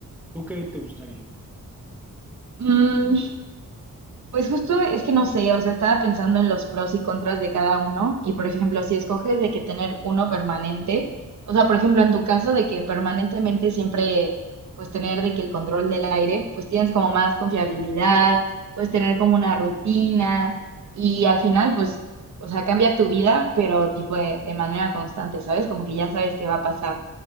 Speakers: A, in the centre; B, on the right (about 60°).
A: ¿Tú qué te gustaría?
B: Mm, Pues justo es que no sé, o sea, estaba pensando en los pros y contras de cada uno y por ejemplo, si escoges de que tener uno permanente, o sea, por ejemplo, en tu caso de que permanentemente siempre pues tener de que el control del aire, pues tienes como más confiabilidad, puedes tener como una rutina y al final pues, o sea, cambia tu vida, pero tipo de, de manera constante, ¿sabes? Como que ya sabes qué va a pasar.